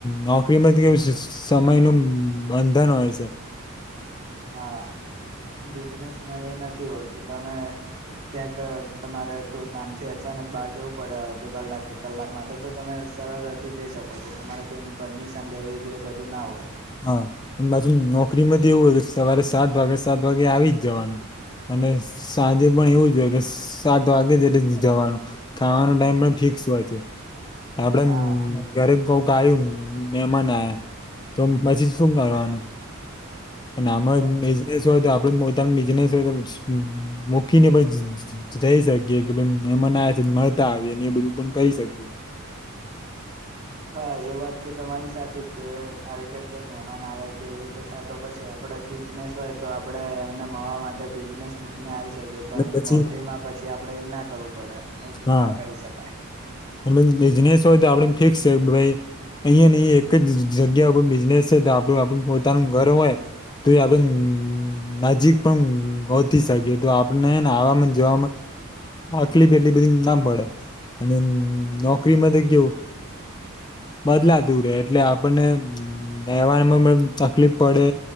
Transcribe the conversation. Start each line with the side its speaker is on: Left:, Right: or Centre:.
Left: નો, <inaudible> સમય નુ બંધન હોય છે.
Right: હા. બિઝનેસમાં એ નથી હોત તમે ક્યાંક તમારે કોઈ કામથી અચાન અને બહાર જવું પડે અડધો કલાક કે કલાક માટે તો તમે સરળતાથી જઈ શકો છો તમારે કોઈની પરમિશ <unintelligible> લેવી કે એ બધું ના હોય
Left: હા પણ પાછુ નોકરીમાં એવું હો સવારે સાત વાગે સાત વાગે આવી જ જવાનું. અને સાંજે પણ એવું જોય કે સાત વાગે જ એટલે જવાનું ખાવાનો ટાઈમ પણ ફિ <unintelligible> છે, આપડે
Right: હા
Left: ઘરે કોક આયું મેમાન આયા તો પછી શું કરવાનું અને આમાં
Right: તો
Left: બિજનેસ હોય તો આપડ બિઝનેસ હોય મૂકીને પણ જઈ શકીએ કે ભાઈ મેમાન આયા છે તો આવી એ બધું પણ કરી શકીએ.
Right: હા એ વાત તો તમારી <unintelligible> કે આવી રીતે કોઈ મહેમાન આવે કે એવી રીતે થાય તો પછી આપડે બિજનેસ હોય તો આપડે એમને મળવા માટે બિઝનેસ. કે પરંતુ
Left: અને પછી
Right: નોકરીમાં પછી આપડે ના કરવું પડે
Left: હા
Right: ના કરી શકાય
Left: <unintelligible> બિઝનેસ હોય તો આપડે <inaudible> અહિયાં <unintelligible> એક જ જગ્યા ઉપર બિઝનેસ છે, તો આપડું આપડું પોતાનું ઘર હોય તો એ આપડે હમ નજીક પણ ગોતી શકે તો આપણે ને <unintelligible> જવામાં આટલી <unintelligible> એટલી બધી ના પડે અને નોકરીમાંથી કેવું બદલાતું રે એટલે આપણને રહેવામાં પણ તકલીફ પડે